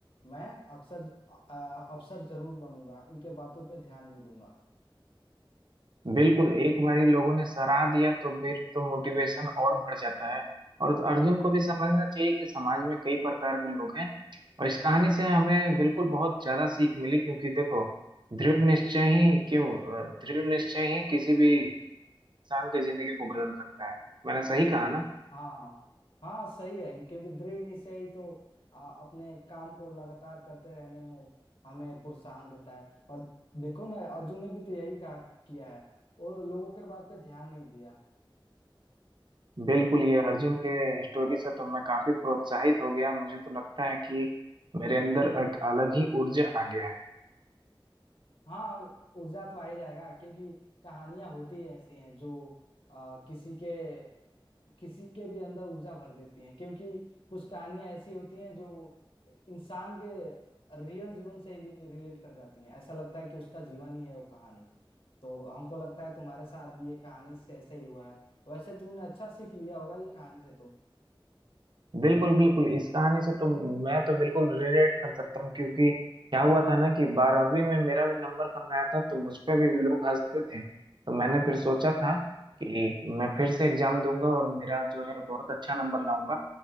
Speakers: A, on the left; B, on the right.
A: मैं अक्सर अ, अफसर जरूर बनूंगा इनके बातों पे ध्यान नहीं दूंगा
B: बिल्कुल एक बार ही लोगों ने सराह दिया तो फिर तो मोटिवेशन और बढ़ जाता है और अर्जुन को भी समझना चाहिए कि समाज में कई प्रकार के लोग हैं और इस कहानी से हमें बिल्कुल बहुत ज्यादा सीख मिली क्योंकि देखो दृढ़ निश्चय ही क्यों अ, दृढ़ निश्चय ही किसी भी इंसान की जिंदगी को बदल सकता है मैंने सही कहा ना
A: हाँ हाँ सही है क्योंकि दृढ़ निश्चय ही तो आ, अपने काम को लगातार करते रहने में हमें प्रोत्साहन देता है और देखो ना अर्जुन ने भी तो यही कहा किया है वो लोगों के बात पे ध्यान नहीं दिया
B: बिल्कुल ये अर्जुन के स्टोरी से तो मैं काफी प्रोत्साहित हो गया मुझे तो लगता है कि मेरे अंदर एक अलग ही ऊर्जा आ गया है
A: हाँ ऊर्जा तो आ ही जाएगा क्योंकि कहानियां होती ही ऐसी हैं जो आ, किसी के किसी के भी अंदर ऊर्जा भर देती हैं क्योंकि कुछ कहानियां ऐसी होती हैं जो एक इंसान के रियल जीवन से रिलेट कर जाती हैं ऐसा लगता है कि उसका जीवन ही है वो कहानी तो हमको लगता है तुम्हारे साथ भी ये कहानी से ऐसे ही हुआ है वैसे तुमने अच्छा सीख लिया होगा ये कहानी से तो
B: बिल्कुल बिल्कुल इस कहानी से तो मैं तो बिल्कुल रिलेट कर सकता हूँ क्योंकि क्या हुआ था ना कि बारहवीं में मेरा भी नंबर कम आया था तो मुझ पे भी लोग हंसते थे तो मैंने फिर सोचा था कि मैं फिर से एग्जाम दूंगा और मेरा जो है बहुत अच्छा नंबर लाऊंगा